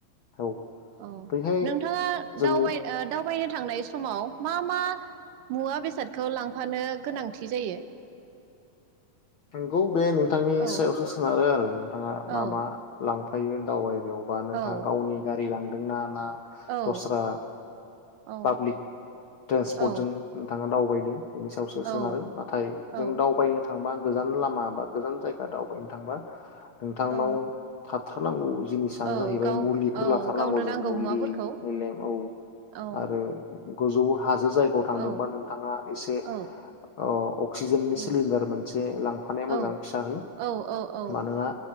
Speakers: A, on the left (about 70°); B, on the right (about 85°).
A: औ
B: औ
A: बैहाय
B: नोंथाङा
A: जों
B: दावबाय ओ दावबायनो थांनाय सम समाव मा मा मुवा बेसादखौ लांफानो गोनांथि जायो
A: नोंगौ बे नों नोंथांनि
B: औ
A: सायावसो सोनारो आरो नोंथाङा
B: औ
A: मा मा लांफा- थायो <unintelligible> यावबा नोंथां
B: औ
A: गावनि गारि ना ना
B: औ
A: दस्रा
B: औ
A: पाब्लिक ट्रेन्सपर्टजों
B: औ
A: नोंथाङा दाव बयदों बिनि सायावसो सोनारो
B: औ
A: नाथाय
B: औ
A: जों दावबायनो थांबा गोजान लामा बा गोजान जायगा दावबायनो थांबा नोंथांनाव
B: औ
A: काट थानांगौ जिनिसानो
B: औ
A: जाहैबाय
B: गाव
A: मुलिफोर
B: औ
A: लाथारनांगौ
B: गावनो
A: जों
B: नांगौ
A: मुलि
B: मुवाफोरखौ
A: औ
B: औ
A: आरो गोजौ हाज जायगायाव थांदोंबा
B: औ
A: नोंथा एसे
B: औ
A: ओ अक्सिजेननि
B: औ
A: सिलिन्डार मोन से लांफानाया मोजां
B: औ
A: फिसाहै
B: औ औ
A: मानोना